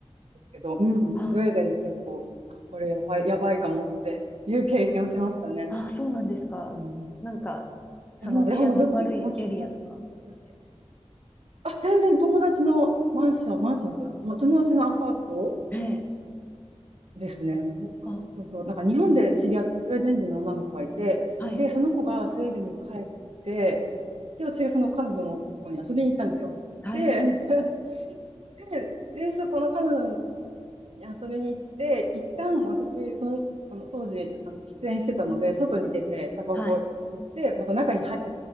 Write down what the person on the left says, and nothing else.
あ
あ、そうなんですか。
なんか、その治安の悪いエリアとか。
ええ、
あ、
はい、
はい、
はい、